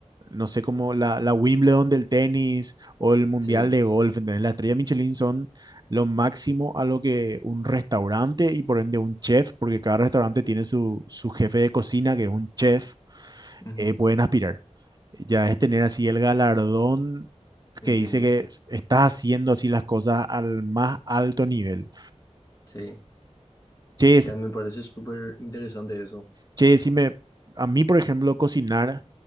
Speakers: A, on the right (about 35°); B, on the left (about 30°).
A: no sé, como la, la Wimbledon del tenis o el mundial
B: Sí,
A: de golf. ¿entendés? Las estrellas Michelin son lo máximo a lo que un restaurante y por ende un chef, porque cada restaurante tiene su, su jefe de cocina, que es un chef,
B: ujú,
A: eh, pueden aspirar. Ya es tener así el galardón
B: entiendo.
A: que dice que s- estás haciendo así las cosas al más alto nivel.
B: Sí,
A: Che,
B: sí, ya me parece súper interesante eso.
A: Che, si me, a mí, por ejemplo, cocinar,